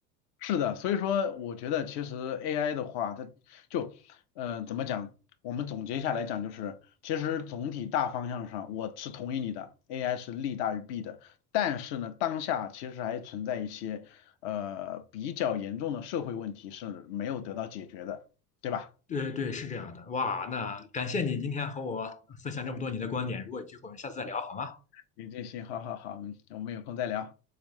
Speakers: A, on the left; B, on the left.
A: 是的，所以说我觉得其实 AI 的话，它就，嗯怎么讲？我们总结下来讲就是，其实总体大方向上我是同意你的，AI 是利大于弊的。但是呢，当下其实还存在一些呃比较严重的社会问题是没有得到解决的，对吧？
B: 对对，是这样的。哇，那感谢你今天和我分享这么多你的观点。如果有机会，我们下次再聊好吗？
A: 你这些，好好好，我们我们有空再聊。